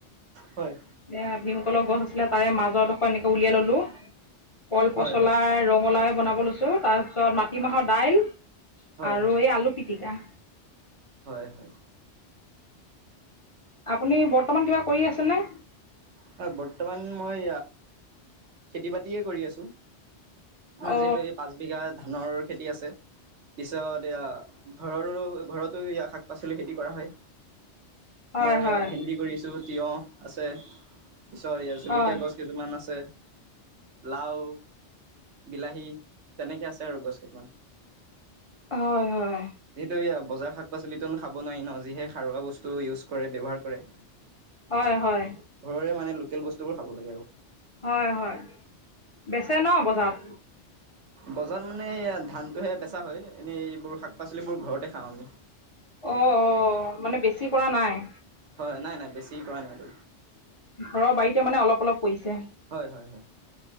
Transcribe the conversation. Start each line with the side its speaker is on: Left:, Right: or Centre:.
Right: হয়
Left: এইয়া ভীমকলৰ গছ আছিলে, তাৰে মাজৰডোখৰ এনেকে উলিয়াই ল'লো। কল পচলাই,
Right: হয় হয়
Left: ৰঙালাওৱে বনাব লৈছোঁ, তাৰপিছত মাটিমাহৰ দাইল
Right: হয়
Left: আৰু
Right: হয়
Left: এই আলু পিটিকা।
Right: হয় হয়।
Left: আপুনি বৰ্তমান কিবা কৰি আছেনে?
Right: হয়, বৰ্তমান মই খেতি-বাতিয়ে কৰি আছোঁ। আমাৰ
Left: অ
Right: যিহেতু এই পাঁচ বিঘা ধানৰ খেতি আছে। পিছত এইয়া ঘৰৰো-ঘৰতো শাক-পাচলি খেতি কৰা হয়।
Left: হয়
Right: আমাৰ এইয়া
Left: হয়
Right: ভেন্দি কৰিছোঁ, তিয়হ আছে, পিছত এইয়া জলকীয়া
Left: হয়
Right: গছ কেইজোপামান আছে। লাও, বিলাহী, তেনেকৈ আছে আৰু গছ কেইটামান।
Left: হয় হয়
Right: যিহেতু এইয়া বজাৰৰ শাক-পাচলিত খাব নোৱাৰি ন, যিহে সাৰুৱা বস্তু ইউজ কৰে, ব্যৱহাৰ কৰে।
Left: হয় হয়।
Right: ঘৰৰে মানে লোকেল বস্তুবোৰ খাব লাগে আৰু।
Left: হয় হয়, বেচে ন বজাৰত?
Right: বজাৰত মানে ধানটোহে বেচা হয়, এনেই এইবোৰ শাক-পাচলিবোৰ ঘৰতে খাওঁ আমি।
Left: অ' অ', মানে বেছি কৰা নাই?
Right: হয়, নাই নাই, বেছি কৰা নাই আৰু।
Left: ঘৰৰ বাৰীতে মানে অলপ অলপ কৰিছে?
Right: হয় হয় হয়,